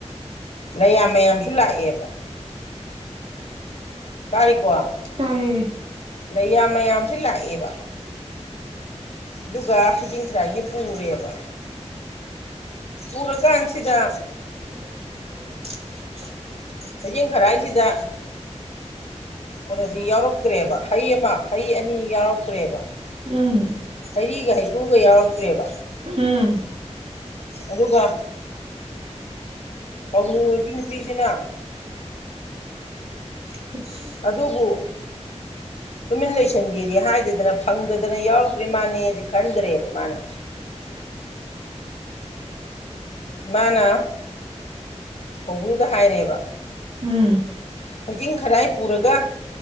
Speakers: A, on the left; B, on the right.
A: ꯂꯌꯥꯝ ꯃꯌꯥꯝꯁꯨ ꯂꯥꯛꯑꯦꯕ꯫ ꯇꯥꯔꯤꯀꯣ
B: ꯇꯥꯏꯌꯦ ꯎꯝ
A: ꯂꯩꯌꯥꯝ ꯃꯌꯥꯝꯁꯨ ꯂꯥꯛꯑꯦꯕ꯫ ꯑꯗꯨꯒ ꯍꯩꯖꯤꯡ ꯈꯔꯥꯏꯒꯤ ꯄꯨꯔꯦꯕ꯫ ꯎꯔ ꯀꯟꯁꯤꯗ꯫
B: <unintelligible>
A: ꯍꯩꯖꯤꯡ ꯈꯔꯥꯏ ꯁꯤꯗ꯫ ꯀꯩꯅꯣꯁꯤ ꯌꯥꯎꯔꯛꯇ꯭ꯔꯦꯕ ꯍꯩ ꯑꯃ ꯍꯩ ꯑꯅꯤ ꯌꯥꯎꯔꯛꯇ꯭ꯔꯦꯕ꯫
B: ꯎꯝ꯫
A: ꯍꯩꯔꯤꯒ ꯍꯩꯀ꯭ꯔꯨꯒ ꯌꯥꯎꯔꯛꯇ꯭ꯔꯦꯕ꯫
B: ꯎꯝ꯫
A: ꯑꯗꯨꯒ ꯀꯧꯅꯨ ꯑꯣꯏꯕꯤ ꯅꯨꯄꯤꯁꯤꯅ꯫
B: <unintelligible>
A: ꯑꯗꯨꯕꯨ ꯇꯨꯃꯤꯟ ꯂꯩꯁꯤꯟꯒꯦꯗꯤ ꯍꯥꯏꯗꯗꯅ꯫ ꯐꯪꯗꯗꯅ ꯌꯥꯎꯔꯛꯇ꯭ꯔꯤꯃꯥꯅꯦꯗꯤ ꯈꯟꯗ꯭ꯔꯦꯕ ꯃꯥꯅ꯫ ꯃꯥꯅꯥ꯫ ꯀꯧꯕ꯭ꯔꯨꯗ ꯍꯥꯏꯔꯦꯕ꯫
B: ꯎꯝ
A: ꯍꯖꯤꯡ ꯈꯔꯥꯏ ꯄꯨꯔꯒ